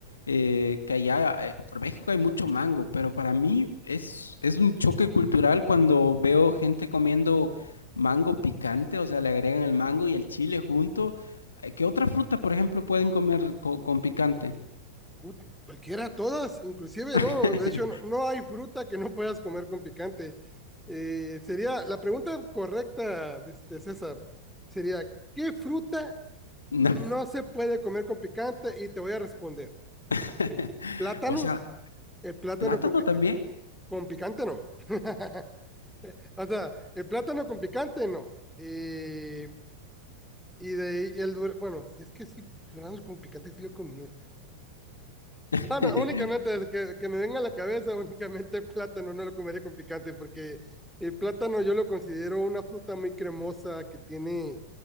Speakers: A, on the left; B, in the centre.
A: eh, que allá eh, por México hay mucho mango, pero para mí es, es un choque cultural cuando veo gente comiendo mango picante, o sea, le agregan el mango y el chile junto. Eh, ¿Qué otra fruta, por ejemplo, pueden comer co- con picante?
B: Ut- Cualquiera, todas, inclusive,
A: <laughs>
B: ¿no? De hecho, no, no hay fruta que no puedas comer con picante. Eh, sería la pregunta correcta de este César, sería, ¿qué fruta
A: No.
B: no se puede comer con picante? Y te voy a responder,
A: <laughs>
B: el plátano,
A: O sea,
B: el plátano
A: plátano
B: con, pica-
A: también.
B: con picante no. <laughs> O sea, el plátano con picante no. Eh, y de ahí el, dura- bueno, si es que sí, duraznos con picante sí lo he comido,
A: <laughs>
B: No, no, únicamente que, que me venga a la cabeza, <laughs> únicamente el plátano, no lo comería con picante, porque el plátano yo lo considero una fruta muy cremosa que tiene,